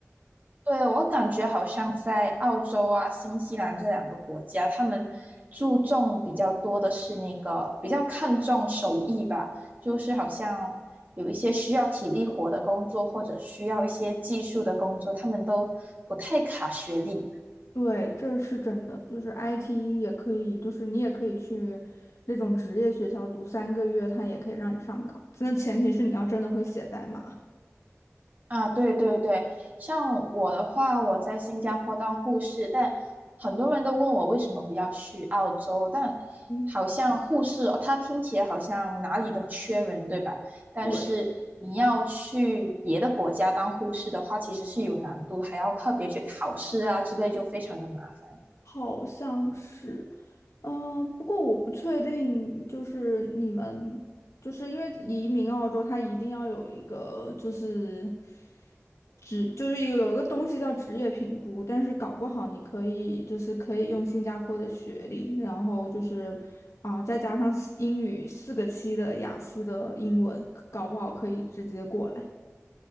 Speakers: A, on the right; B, on the left.
A: 对，我感觉好像在澳洲啊、新西兰这两个国家，他们注重比较多的是那个比较看重手艺吧，就是好像有一些需要体力活的工作，或者需要一些技术的工作，他们都不太卡学历。
B: 对，这是真的，就是 IT 也可以，就是你也可以去那种职业学校读三个月，他也可以让你上岗。那前提是你要真的会写代码。
A: 啊，对对对，像我的话，我在新加坡当护士，但很多人都问我为什么不要去澳洲，但
B: 嗯，
A: 好像护士哦，它听起来好像哪里都缺人，对吧？但是你要去别的国家当护士的话，
B: 对，
A: 其实是有难度，还要特别去考试啊之类，就非常的麻烦。
B: 好像是，嗯、不过我不确定，就是你们，就是因为移民澳洲，它一定要有一个就是职就是有有一个东西叫职业评估，但是搞不好你可以就是可以用新加坡的学历，然后就是啊、再加上四英语四个七的雅思的英文，搞不好可以直接过来。